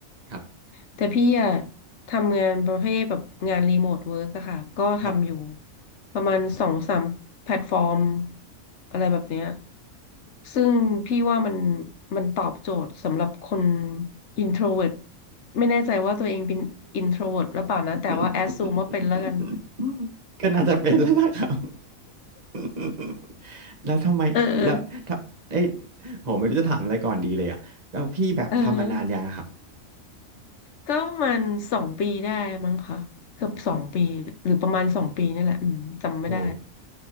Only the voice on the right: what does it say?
คร
ับ
<laughs> ก็น่าจะเป็นแล้วล่ะครับ <laughs> แล้วทำไมแล้วถ้าเอ้ย
โหไม่รู้จะถามอะไรก่อนดีเลยอ่ะแล้วพี่แบบทำมานานยังอะครับ
โห